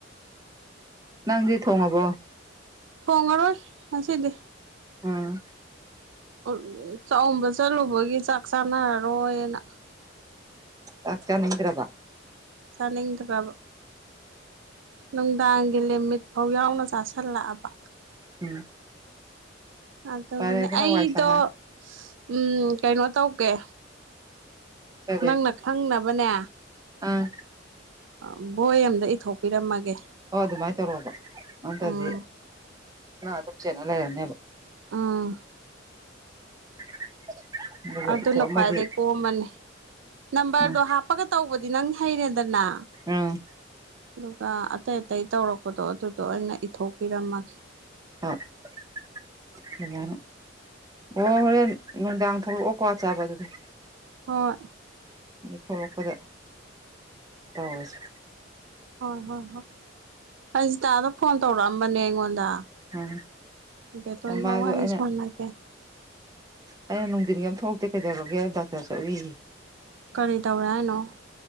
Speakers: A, on the right; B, on the right.
A: <inaudible> ꯅꯪꯗꯤ ꯊꯣꯡꯉꯕꯣ
B: ꯊꯣꯡꯉꯔꯣꯏ ꯉꯁꯤꯗꯤ
A: ꯑꯣ
B: ꯎ ꯆꯥꯛꯝꯕ ꯆꯠꯂꯨꯕꯒꯤ ꯆꯥꯛ ꯆꯥꯅꯔꯒ ꯔꯣꯣꯏꯅ
A: ꯇ ꯆꯅꯤ ꯍꯗ꯭ꯔꯕ
B: ꯅꯤ ꯕ ꯅꯨꯡꯗꯥꯡꯒꯤ ꯂꯤꯃꯤꯠ ꯐꯧ ꯌꯥꯎꯅ ꯆꯥꯥꯁꯜꯂꯛꯑꯕ
A: ꯎꯝ
B: ꯑꯗꯨꯒꯤꯅꯦ
A: ꯄꯥꯏꯔꯒꯅ
B: ꯑꯩꯗꯣ
A: ꯋꯥꯏ ꯁꯪꯉꯅꯤ
B: ꯎꯝ ꯀꯩꯅꯣ ꯇꯧꯒꯦ
A: ꯀꯔꯤ
B: ꯅꯪꯅ ꯈꯪꯅꯕꯅꯦ
A: ꯑꯥ
B: ꯎ ꯕꯣꯏ ꯑꯝꯗ ꯏꯊꯣꯛꯄꯤꯔꯝꯃꯒꯦ
A: ꯑꯣ ꯑꯗꯨ ꯃꯥꯏ ꯇꯧꯔꯕ ꯑꯗꯤꯗꯤ
B: ꯎꯝ
A: ꯑ ꯑꯗꯨꯝ ꯆꯦꯅꯦꯕ
B: ꯑꯥ
A: <inaudible>
B: ꯑꯗꯨꯅ
A: ꯏꯊꯣꯛꯑꯝꯃꯗꯤ
B: ꯈ꯭ꯋꯥꯏꯗꯒꯤꯩ ꯀꯣꯝꯃꯅꯤ ꯅꯝꯕꯔꯗꯣ
A: ꯎꯝ
B: ꯍꯥꯞꯄꯒ ꯇꯧꯕꯗ ꯗꯤ ꯅꯪ ꯍꯩꯔꯦꯗꯅ
A: ꯎꯝ
B: ꯑꯗꯨꯒ ꯑꯇꯩ ꯑꯇꯩ ꯇꯧꯔꯛꯄꯗꯣ ꯑꯗꯨꯗꯣ ꯑꯩꯅ ꯄꯤꯊꯣꯛꯄꯤꯔꯝꯃꯒꯦ
A: ꯑ ꯑꯗꯨꯃꯥꯏꯅ ꯑꯣ ꯍꯣꯔꯦꯟ ꯅꯨꯡꯗꯥꯡ ꯊꯣꯛꯂꯛꯑꯣꯀꯣ ꯆꯥꯕ ꯑꯗꯨꯗꯤ
B: ꯍꯣꯏ
A: ꯊ ꯂꯄꯗ ꯇꯧꯁ
B: ꯍꯣꯏ ꯍꯣꯏ ꯍꯣꯏ ꯍꯪꯖꯤꯇꯥꯗ ꯐꯣꯟ ꯇꯧꯔꯛꯑꯝꯕꯅꯦ ꯑꯩꯉꯣꯟꯗ
A: ꯎꯝ
B: ꯕꯦꯇꯣꯟꯒ
A: ꯑꯣ ꯃꯥꯁꯨ
B: ꯋꯥꯔꯤ
A: ꯑꯩꯅ
B: ꯁꯥꯟꯅꯒꯦ
A: ꯑꯩꯅ ꯅꯨꯡꯊꯤꯟꯒꯤ ꯑꯃ ꯊꯣꯛꯂꯛ ꯀꯩꯗꯕꯒꯦ ꯇ ꯆꯕꯤ
B: ꯀꯔꯤ ꯇꯧꯔꯦ ꯍꯥꯏꯅꯣ